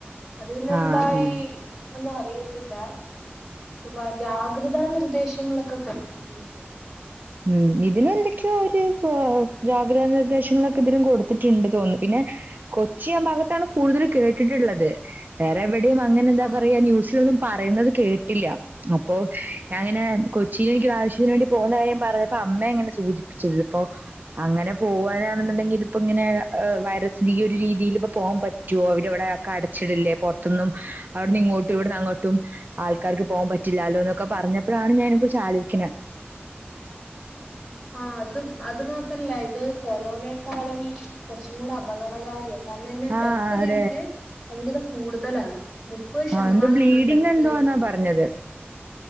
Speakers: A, in the centre; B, on the right (about 45°).
A: അത് പിന്നെ എന്തായി
B: ആഹ് ആഹ്
A: ഒന്നും അറിയി ത്തില്ലാ ഒരുപാട് ജാഗ്രതാ നിർദ്ദേശങ്ങളൊക്കെ കൊടുത്തിട്ടുണ്ടാ
B: ഉം ഇതിനെന്തൊക്കെയോ അവര് ഏഹ് ജാ ഗ്രഹ നിർദ്ദേശങ്ങളൊക്കെ ഇതിനും കൊടുത്തിട്ട്ണ്ട് തോന്നുന്നു പിന്നെ കൊച്ചി ആ ഭാഗത്താണ് കൂടുതല് കേട്ടിട്ടുള്ളത് വേറെ എവിടെയും അങ്ങനെന്താ
A: ആഹ്
B: പറയാ ന്യൂസിലൊന്നും പറയുന്നത് കേട്ടില്ല അപ്പോ ഞാങ്ങനെ കൊച്ചിയില് എനിക്കൊരാവശ്യത്തിന് വേണ്ടി പോകണ്ട കാര്യം പറയപ്പോ അമ്മ അങ്ങനെ സൂചിപ്പിച്ചത് ഇപ്പൊ അങ്ങനെ പോവാനാണെന്നുണ്ടെങ്കി ഇതിപ്പൊങ്ങനെ ഏഹ് വ ഒരു രീതിൽ ഇ പോകൻ പറ്റുമോ അവരിവിടെക്കെ അടച്ചിടില്ലേ പുറത്തൊന്നും അവടിന്ന് ഇങ്ങോട്ട് ഇവിടന്ന അങ്ങോട്ടും ആൾക്കാർക്ക് പോവാൻ പറ്റില്ലാല്ലോ എന്നൊക്കെ പറഞ്ഞപ്പോഴാണ് ഞാൻ കുറിച്ച് ആലോചിക്കുന്നേ
A: അത് അത് മാത്രല്ല ഇത് കൊറോണേക്കാളും കെറച്ചുക്കൂടി അപകടകാരിയാണ് കർണമേ
B: ആഹ്
A: ഡെത്ത്
B: അതെ
A: റേറ്റ് ഭയങ്കര കൂടുതലാണ് മുപ്പത് ശതമാനം
B: ആ എന്തോ ബ്ലീഡിങ്
A: ഡെത്ത്
B: എന്തോന്നാ
A: റേറ്റ് ഉണ്ട്
B: പറഞ്ഞത്